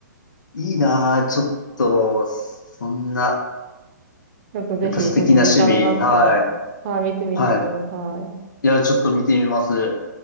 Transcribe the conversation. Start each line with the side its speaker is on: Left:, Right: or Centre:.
Left: ー、いいなー。ちょっと、そんな。
Right: ちょっとぜひ、
Left: やっぱ素敵な趣味。
Right: もし時間があったら、
Left: はい。
Right: はい、見てみてください。
Left: はい。いや、ちょっと見てみます。